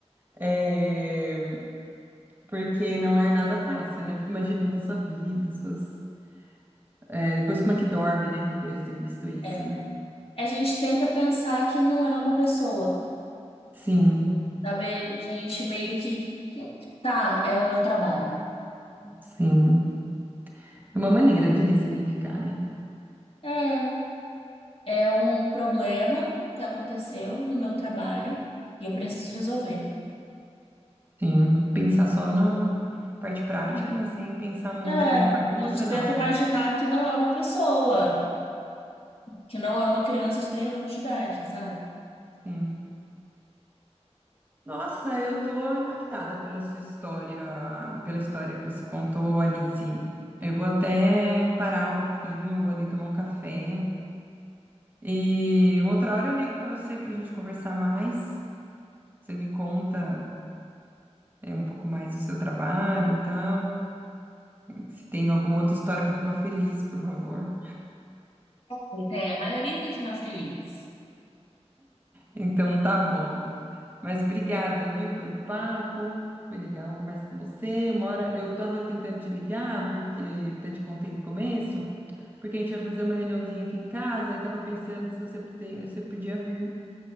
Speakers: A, on the right; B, on the left.
A: É, porque não é nada fácil, né? Eu Fico imaginando a sua vida, suas... é, depois como é que dorme, né? Depois de ter visto isso,
B: é.
A: né?
B: A gente tenta pensar que não é uma pessoa,
A: Sim,
B: sabe? A gente meio que, tá, é o meu trabalho.
A: sim. É uma maneira de ressignificar, né?
B: É, é um problema que aconteceu no meu trabalho e eu preciso resolver.
A: Sim, pensar só na parte prática,
B: É,
A: né? Sem pensar muito
B: É,
A: na parte
B: a
A: emocional,
B: gente tenta
A: senão,
B: imaginar que não é uma pessoa. que não é uma criança de três anos de idade, sabe?
A: sim. Nossa, eu tô impactada pela sua história, pela história que você contou, Alice. Eu vou até parar um pouquinho, vou ali tomar um café e uma outra hora eu ligo para você para a gente conversar mais. Você me conta é, um pouco mais do seu trabalho e tal. Se tem alguma outra história com final feliz, por favor.
B: E tem, a maioria tem final feliz.
A: Então tá bom. Mas obrigada, viu, pelo papo. Foi legal conversar com você. Uma hora eu tava tentando te ligar, porque até te contei no começo, porque a gente vai fazer uma reuniãozinha aqui em casa e tava pensando se você, pote- você podia vir.